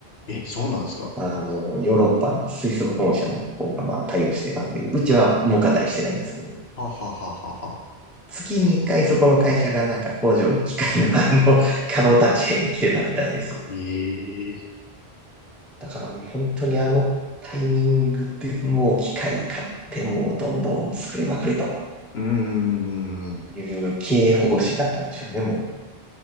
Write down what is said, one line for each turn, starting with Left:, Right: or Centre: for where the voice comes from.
Left: え、そうなんですか。
Centre: あの、ヨーロッパのスイス本社の方がまあ対応してたんで、うちは儲かったりしてないんですけど、
Left: はははははは。
Centre: 月に1回そこの会社がなんか工場に機械の <laughs> あの、稼働立ち会に来てたみたいです。
Left: ええ
Centre: だからもう本当にあのタイミングでもう機械買ってもうどんどん作りまくりと。
Left: うーん。
Centre: いう経営方針だったんでしょうね、もう。